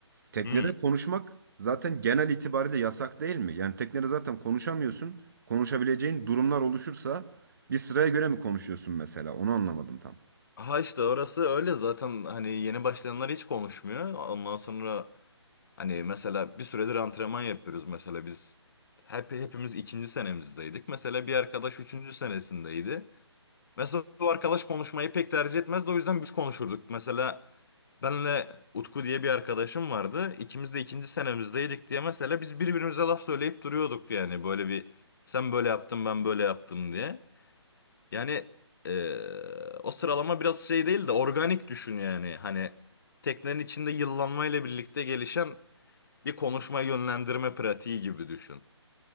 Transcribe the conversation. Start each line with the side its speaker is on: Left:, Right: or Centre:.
Right: teknede
Left: Hmm.
Right: konuşmak zaten genel itibariyle yasak değil mi? Yani teknede zaten konuşamıyorsun konuşabileceğin durumlar oluşursa bir sıraya göre mi konuşuyorsun mesela onu anlamadım tam.
Left: Ha işte orası öyle zaten hani yeni başlayanlar hiç konuşmuyor. Ondan sonra hani mesela bir süredir antrenman yapıyoruz mesela biz. Hep, hepimiz ikinci senemizdeydik. Mesela bir arkadaş üçüncü senesindeydi. Mesela bu arkadaş konuşmayı pek tercih etmezdi o yüzden biz konuşurduk. Mesela Benle Utku diye bir arkadaşım vardı. İkimiz de ikinci senemizdeydik diye mesela biz birbirimize laf söyleyip duruyorduk yani böyle bir sen böyle yaptın ben böyle yaptım diye. Yani eee, o sıralama biraz şey değil de organik düşün yani hani teknenin içinde yıllanmayla birlikte gelişen bir konuşma yönlendirme pratiği gibi düşün.